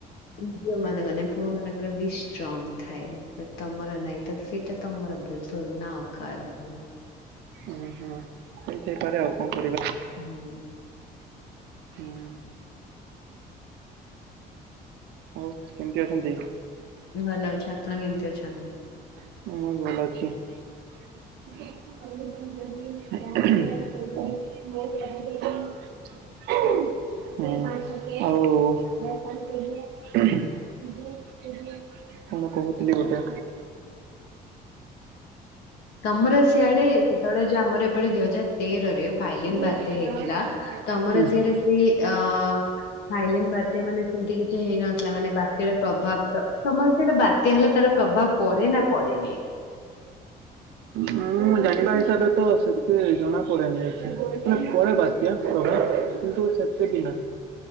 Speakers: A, on the left (about 80°); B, on the right (about 85°).
A: ଝିଅ ମାନଙ୍କର ନାଇଁ ପୁଅ ମାନଙ୍କର ବି ଷ୍ଟ୍ରଙ୍ଗ ଥାଏ ତମର ନାଇଁ ତ ସେଟା ତମର ଭୁଲ ଥୋଡିନା ଆଉ କାର ଭୁଲ।
B: ଉଁ ହୁଁ ହେଇ ଥାଇପାରେ ଆଉ କଣ କରିବା।
A: ଉଁ ହୁଁ।
B: ହୁଁ। ଆଉ କେମିତି ଅଛନ୍ତି?
A: ଭଲ ଅଛି ଆପଣ କେମିତି ଅଛନ୍ତି?
B: ମୁଇଁ ଭଲ ଅଛି। ହୁଁ। ଆଉ କଣ କହୁଥିଲି ଗୋଟେ।
A: ହଁ। ତମର ସିିଆଡେ ସେତେବେଳେ ଯୋଉ ଆମର ଏପଟେ ଦିଇ ହଜାର ତେରରେ ଫାଇଲିନ୍
B: ହୁଁ,
A: ବାତ୍ୟା ହେଇଥିଲା। ତମର ସେଆଡେ ସେଇ ଅ ଫାଇଲିନ ବାତ୍ୟା ମାନେ ସେମତି କିଛି ହେଇନଥିଲା ମାନେ ବା ବାତ୍ୟା ର ପ୍ରଭାବ ତ ତମର ସିଆଡେ ବାତ୍ୟା ହେଲେ ତାର ପ୍ରଭାବ ପଡେ ନା ପଡେନି?
B: ମୁଁ ଜାଣିବା ହିସାବରେ ତ ସେତେ ଜଣାପଡେନି ଏଠି ମାନେ ପଡେ ବାତ୍ୟା ପ୍ରଭାବ କିନ୍ତୁ ସେ ସେ ବି ନା।